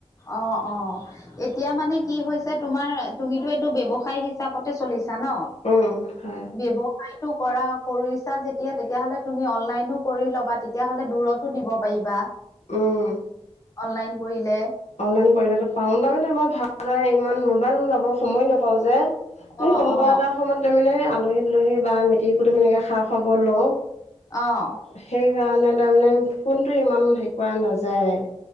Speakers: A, on the left; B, on the left.
A: অ', অ'। এতিয়া মানে কি হৈছে তোমাৰ তুমিতো এইটো ব্যৱসায় হিচাপতে চলিছা ন।
B: উম। হয়,
A: বি ব্যৱ সায়টো কৰা কৰিছা যেতিয়া, তেতিয়াহ'লে তুমি অনলাইনো কৰি ল'বা তেতিয়াহ'লে দুৰত টো দিব পাৰিবা।
B: উম।
A: অনলাইন কৰিলে।
B: অনলাইন কৰিলেটো পাম, তাৰমানে মই ভালদৰে ইমান মোবাইল ল'ব সময় নাপাওঁ যে। এ
A: অ
B: কোনোবা
A: অ
B: এটা সময়ত তাৰ মানে আলহী দুলহি বা মিটিৰ কুটুম এনেকে খা খবৰ লওঁ।
A: অ'।
B: সেই কাৰণে তাৰমানে ফোনটো ইমান হেৰি নাযায়,